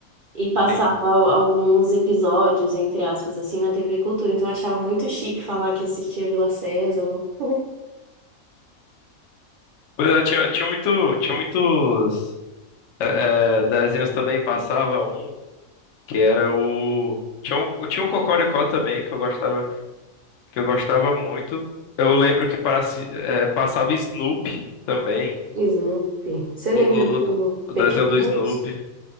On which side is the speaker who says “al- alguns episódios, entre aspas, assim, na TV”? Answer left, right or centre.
Right